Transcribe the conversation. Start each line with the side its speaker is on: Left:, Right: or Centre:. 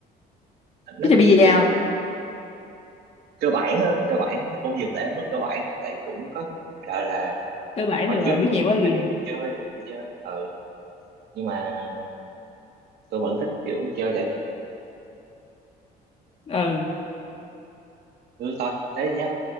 Right: nó
Left: biết chơi bi-a
Right: ờ,
Left: không
Right: cơ bản thôi cơ bản nó cũng dừng lại ở mức cơ bản tại cũng có gọi là
Left: cơ bản
Right: hồi
Left: được rồi
Right: trước
Left: biết
Right: cũng
Left: nhiều quá gì
Right: anh em đi chơi rồi chơi ừ nhưng mà tôi vẫn thích kiểu chơi giải
Left: ừ
Right: ừ, thôi thế nhé